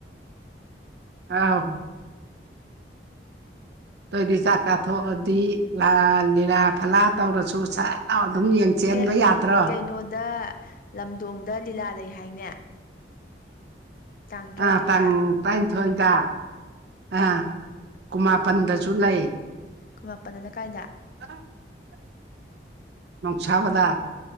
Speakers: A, on the right; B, on the left.
A: ꯑꯥꯎ ꯗꯣꯏꯗꯤ ꯆꯥꯛ ꯀꯥꯊꯣꯛꯑꯗꯤ ꯂꯥ ꯂꯤꯂꯥ ꯐꯂꯥ ꯇꯧꯔꯁꯨ ꯁꯠ ꯂꯥꯎ ꯑꯗꯨꯝ ꯌꯦꯡ ꯆꯦꯟꯕ
B: ꯑꯦ
A: ꯌꯥꯗ꯭ꯔꯣ
B: ꯀꯩꯅꯣꯗ ꯂꯝꯗꯣꯡꯗ ꯂꯤꯂꯥ ꯂꯩ ꯍꯥꯏꯅꯦ ꯇꯥꯡ ꯇꯔꯥꯅꯤꯊꯣꯏꯗ
A: ꯑꯥ ꯇꯥꯡ ꯇꯔꯥꯅꯤꯊꯣꯏꯗ ꯑꯥ ꯀꯨꯃꯥꯄꯟꯗꯁꯨ ꯂꯩ
B: ꯀꯨꯟꯃꯥꯄꯟꯖꯅ ꯀꯥꯏꯗ
A: <inaudible> ꯅꯣꯡꯁꯥꯕꯗ